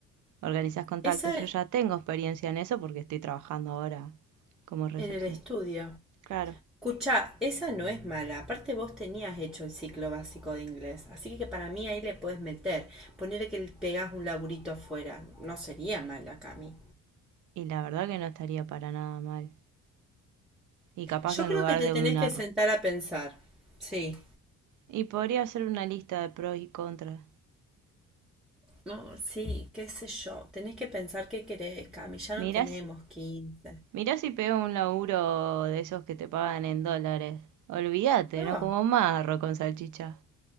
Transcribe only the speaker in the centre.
Esa
en el estudio.
Escucha, esa no es mala. Aparte vos tenías hecho el ciclo básico de inglés, así que para mí ahí le puedes meter. Ponerle que le pegás un laburito afuera. No sería mala, Cami.
Yo
creo
que te
tenés
que
sentar a pensar. Sí.
No, sí, qué sé yo. Tenés que pensar qué querés, Cami. Ya
no tenemos quince.
Ah,